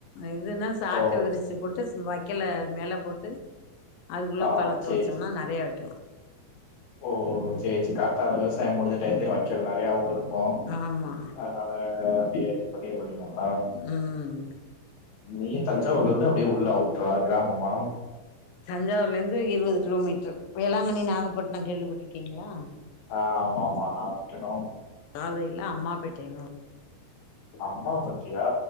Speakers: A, on the left; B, on the left.
A: இதுன்னா சாக்க
B: ஓ
A: விரிச்சு போட்டு வைக் வெக்கல அது மேலே போட்டு அதுக்குள்ள
B: ஆ
A: பழத்த
B: சேரி
A: வெச்சோம்னா
B: சேரி
A: நறையா வெக்கலா
B: ஓ செரி செரி காத்தால விவசாயம் முடிஞ்ச டயத்துலயோ வைக்கல் நறையாவு இருக்கோ
A: ஆமா
B: அதனால அப்டியே இது பண்ணி பண்ணிறுவாங்ளா
A: ம்
B: நீ தஞ்சாவூர்ல இருந்து அப்டியே உள்ள அவுட்ரா கிராமமா
A: தஞ்சாவூர்ல இருந்து இருவது கிலோமீட்டர் வேளாங்கண்ணி நாகப்பட்டினம் கேள்விப்பட்ருக்கீங்ளா
B: ஆ ஆமா ஆமா நாகபட்னோ
A: காலைல அம்மா பேட்டைனு ஒரு
B: அம்மா பேட்டயா